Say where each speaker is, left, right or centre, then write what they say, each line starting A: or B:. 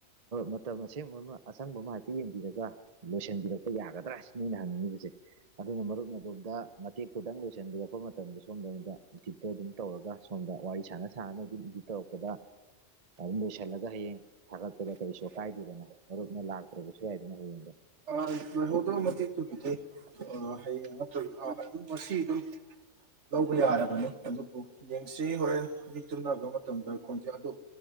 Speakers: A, on the right; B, on the right.
A: ꯃꯇꯝ ꯑꯁꯦꯡꯕ ꯑꯃ ꯑꯁꯪꯕ ꯑꯃ ꯍꯥꯏꯗꯤ ꯌꯦꯡꯕ ꯔꯒ ꯂꯣꯏꯁꯤꯟꯕꯤꯔꯛꯄ ꯌꯥꯒꯗ꯭ꯔꯥ ꯁꯤ ꯅ ꯑꯩꯅ ꯍꯪꯅꯤꯡꯉꯤꯕꯁꯦ ꯑꯗꯨꯅ ꯃꯔꯨꯞ ꯃꯣꯝꯗ ꯃꯇꯦꯛꯇꯨꯗꯪ ꯂꯣꯏꯁꯤꯟꯕꯤ ꯑꯩꯈꯄ ꯃꯇꯝꯗ ꯁꯣꯝꯗꯗ ꯏꯊꯤꯠꯇꯣ ꯑꯗꯨꯝ ꯇꯧꯔꯒ ꯁꯣꯝ ꯑ ꯋꯥꯔꯤ ꯁꯥꯟꯅ ꯁꯥꯟꯅꯅ ꯍꯧꯗꯤ ꯇꯧꯔꯛꯄꯗ ꯑꯗꯨꯝ ꯂꯣꯏꯁꯤꯜꯂꯒ ꯍꯌꯦꯡ ꯊꯥꯒꯠꯄꯗ ꯀꯩꯁꯨ ꯑꯀꯥꯏꯗꯗꯅ ꯃꯔꯔꯨꯞꯅ ꯂꯥꯛꯇ꯭ꯔꯒꯁꯨ ꯈꯁꯤꯤ ꯍꯥꯏꯗꯅ ꯍꯗ
B: ꯑ ꯂꯣꯏꯍꯧꯗꯣ ꯃꯇꯦꯛ ꯇꯨꯕꯤꯗꯩ ꯍꯌꯦꯡ ꯑ ꯉꯁꯤ ꯑꯗꯨꯝ ꯂꯧꯕ ꯌꯥꯔꯕꯅꯤ ꯑꯗꯨꯕꯨ ꯌꯦꯡꯁꯤ ꯍꯣꯔꯦꯟ ꯃꯤ ꯇꯨꯝꯔꯕ ꯃꯇꯝꯗ ꯈꯣꯟꯖꯦꯜ ꯑꯗꯨ